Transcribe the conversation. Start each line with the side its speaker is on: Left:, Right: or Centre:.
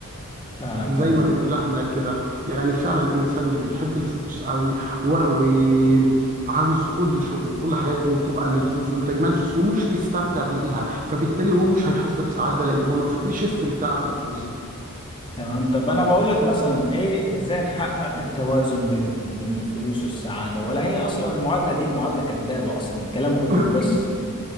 Left: فعلا
Right: زي
Left: فعلا
Right: ما بنقول احنا كده يعني فعلا الانسان اللي بيحب الفلوس قوي وعاوز كل شغله وكل حياته تبقى للفلوس ولتجميع الفلوس ومش بيستمتع بيها فبالتالي هو مش هيحس بسعادة لان هو ما فيش استمتاع بالفلوس دي
Left: تمام طب انا بقول لك مثلا ايه ازاي نحقق التوازن بينهم بين الفلوس والسعادة ولا هي اصلا المعادلة دي معادلة كذابة اصلا كلام كتب
Right: <laughs>
Left: بس